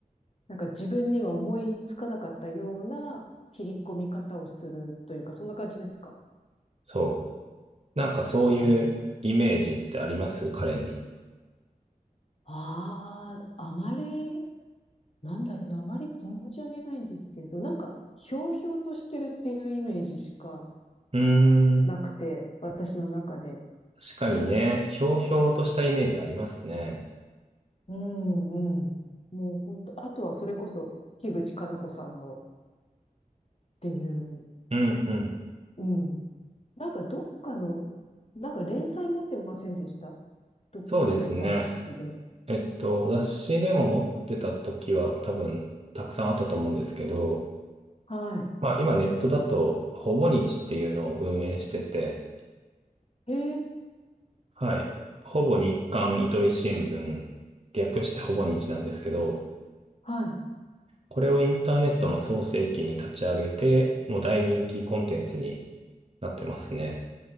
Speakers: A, on the left (about 45°); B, on the right (about 45°).
A: なんか自分には思いつかなかったような切り込み方をするというか、そんな感じですか
B: そう。なんかそういうイメージってあります彼に。
A: うん。ああ、あまり、なんだろうな、あまり存じ上げないんですけど、なんか、ひょうひょうとしてるっていうイメージしか
B: うーん。
A: なくて、私の中で。
B: 確かにね、ひょうひょうとしたイメージありますね。
A: うんうん。もう本当、あとはそれこそ、樋口かな子さんのっていう、
B: うんうん。
A: うん。なんかどっかの、なんか連載持ってませんでしたどっかの雑誌で。
B: そうですね。えっと、雑誌でも持ってた時は多分たくさんあったと思うんですけど、
A: はい。
B: まあ今ネットだと、ほぼ日っていうのを運営してて、
A: へえ、
B: はい。ほぼ日刊糸井新聞、略してほぼ日なんですけど、
A: はい。
B: これをインターネットの創世記に立ち上げて、もう大人気コンテンツになってますね。